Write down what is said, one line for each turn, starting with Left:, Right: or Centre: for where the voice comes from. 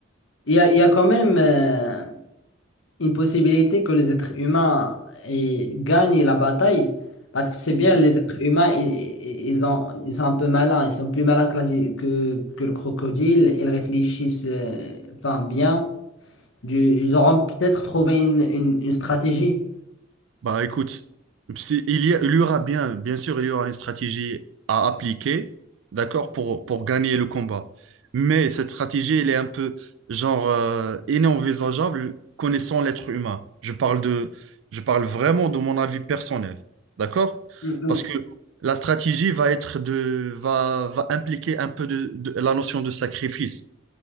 Left: il y a, il y a quand même. euh, une possibilité que les êtres humains eh, gagnent la bataille. Parce que c'est bien, les êtres humains, i- i- ils, ont, ils sont un peu malins, ils sont plus malins que, la- si, que, que le crocodile, ils réfléchissent euh, enfin, bien. Du- ils auront peut-être trouvé une, une, une stratégie.
Right: Bah écoute, si- il y a- il y aura bien, bien sûr, il y aura une stratégie à appliquer, d'accord, pour, pour gagner le combat. Mais cette stratégie, elle est un peu, genre, euh, inenvisageable connaissant l'être humain. Je parle de, je parle vraiment de mon avis personnel, d'accord?
Left: Mm,
Right: Parce que la stratégie va être de, va, va impliquer un peu de, de la notion de sacrifice,